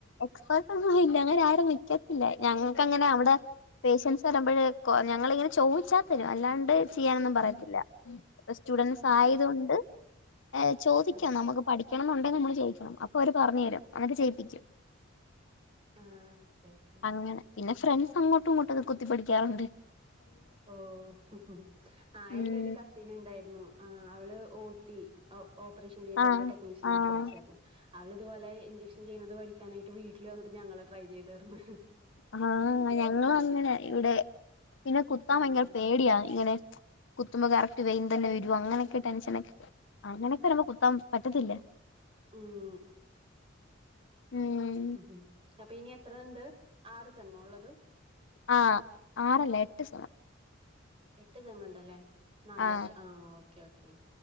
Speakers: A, on the left (about 70°); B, on the right (about 30°).
A: എക്സ്പേർട്ടന്നു ആയില്ല അങ്ങനെ ആരും നിക്കത്തില്ല ഞങ്ങക്ക് അങ്ങനെ അവ്ടെ പേഷ്യൻസ് വര്മ്പഴ് ഞങ്ങളിങ്ങനെ ചോയ്ച്ചാ തരും അല്ലാണ്ട് ചെയ്യാനൊന്നും പറയത്തില്ല സ്റ്റുഡന്സ്
B: ആഹ്
A: ആയത് കൊണ്ട് ഏഹ് ചോദിക്കാം
B: ഉം
A: നമുക്ക് പഠിക്കണം എന്നുണ്ടെങ്കിൽ നമ്മള് ചോയ്ക്കണം അപ്പൊ അവര് പറ്ഞ്ഞരും അന്ന്ട്ട് ചെയ്യിപ്പിക്കും
B: ആഹ് ഓക്കെ ഓക്കെ
A: ങ്ങനെ പിന്നെ ഫ്രണ്ട്സ് അങ്ങോട്ടും ങ്ങോട്ടൊക്കെ കുത്തി പഠിക്കാറ്ണ്ട്
B: ഓഹ് ആ എൻ്റൊരു
A: ഉം
B: കസ് <unintelligible> ന ഇണ്ടായിരുന്നു ആഹ് അവള് ഓ ടി ഓപറേഷൻ തീയേറ്ററിൻ്റെ
A: ആഹ്
B: ടെക്നീഷ്യൻ
A: ആഹ്
B: ആയിട്ട് പഠിച്ചായ്രുന്നു അവള് ഇതുപോലെ ഇൻജ്ക്ഷൻ ചെയ്യുന്നത് പഠിക്കാനായിട്ട് വീട്ടിൽ വന്നിട്ട് ഞങ്ങളെ ട്രൈ ചെയ്താരുന്നു
A: ആഹ് ഞങ്ങളു അങ്ങനെ ഇവ്ടെ പിന്നെ കുത്താൻ
B: ആഹ്
A: ഭയങ്കര പേടിയാ ഇങ്ങനെ കുത്തുമ്പോ കറക്റ്റ് വെയ്ൻ തന്നെ വരോ അങ്ങനെക്കെ ടെൻഷനെക്കെ അങ്ങനൊക്കെ വരുമ്പോ കുത്താൻ പറ്റത്തില്ല
B: മ്മ്
A: മ് ഹ്
B: ഉം അപ്പൊ ഇനി എത്ര ഇണ്ട് ആറ് സമ്മ് ഉള്ളത്
A: ആഹ് ആറല്ല എട്ട് സ
B: എട്ട് സമ്മ് ഇണ്ടല്ലേ നാല്
A: ആ
B: വർഷം ആഹ് ഓക്കെ ക്കെ